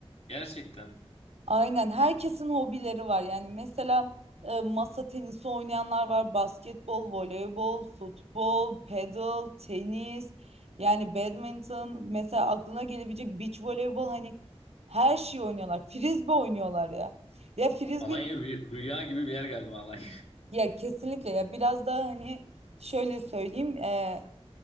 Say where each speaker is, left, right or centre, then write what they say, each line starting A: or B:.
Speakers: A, on the left; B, on the right.
A: Gerçekten.
B: Aynen herkesin hobileri var. Yani mesela e, masa tenisi oynayanlar var, basketbol, voleybol, futbol, paddle, tenis, yani badminton, mesela aklına gelebilecek beach voleybol hani her şeyi oynuyorlar. Frisbee oynuyorlar ya. Ya frisbee
A: Alanya rü- rüya gibi bir yer galiba Alanya.
B: ya kesinlikle ya biraz daha hani şöyle söyleyeyim e,